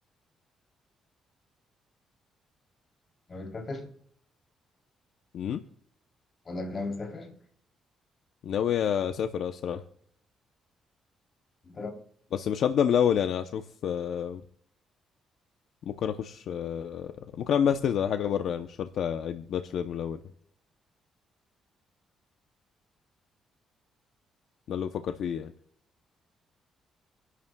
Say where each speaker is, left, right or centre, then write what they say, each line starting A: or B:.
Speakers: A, on the left (about 35°); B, on the left (about 65°).
A: ناوي تسافر
B: امم
A: ولا ناوي تسافر؟
B: ناوي اسافر آه، الصراحه
A: إنجلترا
B: بس مش هبدا من الاول يعني هشوف آه، ممكن اخش آه، ممكن اعمل ماسترز على حاجه بره يعني مش شرط اعيد باتشلر من الاول يعني. ده اللي بفكر فيه يعني